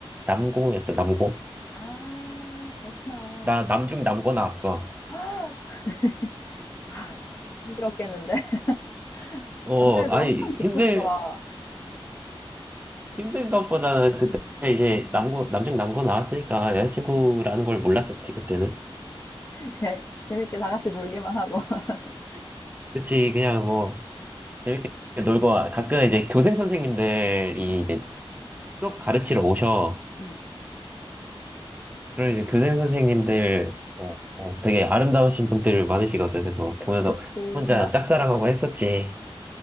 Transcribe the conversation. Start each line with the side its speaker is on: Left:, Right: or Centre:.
Right: 남고였어, 남고.
Left: 아, 그렇구나.
Right: 나, 남중 남고 나왔어.
Left: <gasps> <laughs> 아, 힘들었겠는데. <laughs>
Right: 어,
Left: 남자애들
Right: 아니,
Left: 엄청 짓궂더라.
Right: 힘들, 힘든 것보다는 그때
Left: 응, 응,
Right: 이제 남고, 남중 남고 나왔으니까 여자친구라는
Left: 응, 응.
Right: 걸 몰랐었지, 그때는.
Left: 그냥 재밌게 다 같이 놀기만 하고. <laughs>
Right: 그치, 그냥 뭐, 재밌게 놀고, 가끔 이제 교생 선생님들이
Left: 응
Right: 이제 수업 가르치러 오셔.
Left: 응
Right: 그럼 이제 교생 선생님들 어, 어, 되게 아름다우신 분들 많으시거든. 그래서 보면서
Left: 그치.
Right: 혼자 짝사랑하고 했었지.